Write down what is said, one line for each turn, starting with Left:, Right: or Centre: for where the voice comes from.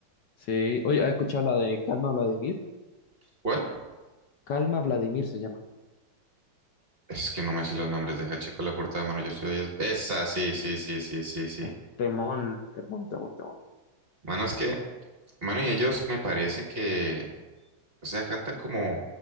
Left: Sí, oye, ¿has escuchado la de Calma Vladimir?
Right: ¿Cuál?
Left: Calma Vladimir se llama.
Right: Es que no me sé los nombres, deja checo la portada, mano. Yo estoy. Esa, sí, sí, sí, sí, sí, sí.
Left: Es temón, temón, temón, temón.
Right: Mano, es que, mano, y ellos me parece que. O sea, cantan como